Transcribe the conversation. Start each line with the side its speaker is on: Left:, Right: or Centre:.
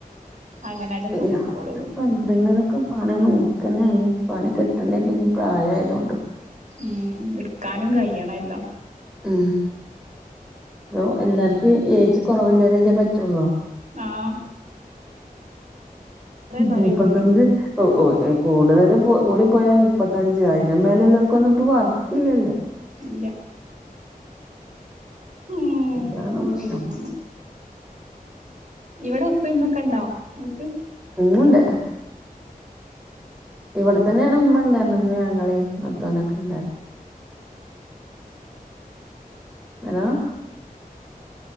Right: അങ്ങനാണ്ട് പോയിക്കോളും
Centre: ഞാനിപ്പൊ എന്തെങ്കിലുമൊക്കെ പണ നോ കെനയാണ് പണി കിട്ടണ്ടേ
Right: ഉം
Centre: പ്പ പ്രായമായതുകൊണ്ട്
Right: ഉം എടുക്കാനും കഴിയണല്ലോ
Centre: ഉ അപ്പൊ എല്ലാർക്കും ഏജ് കുറവില്ലതതേ പറ്റുള്ളൂ
Right: ആ പറയണള്ളൂ
Centre: മുപ്പത്തഞ്ച് കൂടുതൽ കൂടി പോയാ മുപ്പത്തഞ്ച ആയിരം മേലെല്ലാവർക്കൊന്നുംപ്പ വർക്കില്ലല്ലോ
Right: ഇല്ല ഉം
Centre: വാന മശ
Right: പിന്നെ ഇവിടെ ഉപ്പിമ്മക്കെ ഉണ്ടോ ഇങ്ങൾക്ക്
Centre: മമണ്ട് ഇവിടെത്തന്നെയാണ് ഉമ്മ ഉണ്ടാരരുന്ന അങ്ങളി നാത്തൂനൊക്കെ ഉണ്ടായി ഹലോ